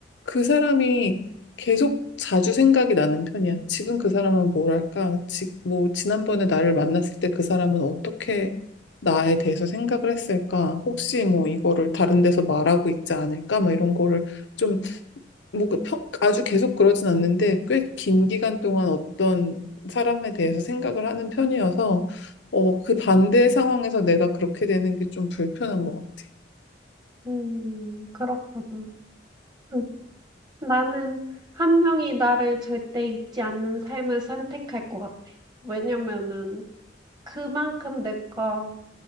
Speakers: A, on the left (about 75°); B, on the right (about 20°).
A: 그 사람이 계속 자주 생각이 나는 편이야. 지금 그 사람은 뭐랄까? 지, 뭐 지난번에 나를 만났을 때 그 사람은 어떻게 나에 대해서 생각을 했을까? 혹시 뭐 이거를 다른 데서 말하고 있지 않을까? 막 이런 거를 좀 뭐 그 평- 아주 계속 그러진 않는데 꽤 긴 기간 동안 어떤 사람에 대해서 생각을 하는 편이어서 어, 그 반대 상황에서 내가 그렇게 되는 게 좀 불편한 것 같아.
B: 음, 그렇구나. 음, 나는 한 명이 나를 절대 잊지 않는 삶을 선택할 것 같아. 왜냐면은 그만큼 내가